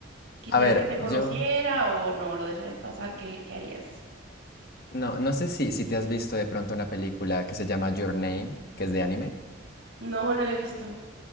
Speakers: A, on the right (about 90°); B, on the left (about 50°).
A: ¿Quisieras
B: a ver,
A: que te conociera
B: yo
A: o no lo dejarías pasar? ¿Qué, qué harías?
B: no, no sé si, si te has visto de pronto una película que se llama Your Name, que es de anime.
A: No, no lo he visto.